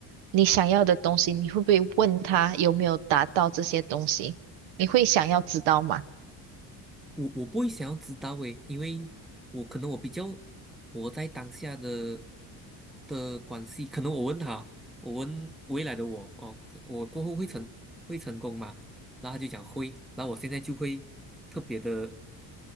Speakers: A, on the right; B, in the centre.
A: 你想要的东西，你会不会问他有没有达到这些东西？你会想要知道吗？
B: 我我不会想要知道诶，因为我可能我比较活在当下的的关系，可能我问他，我问未来的我，哦，可我过后会成会成功吗？然后他就讲会，然后我现在就会特别的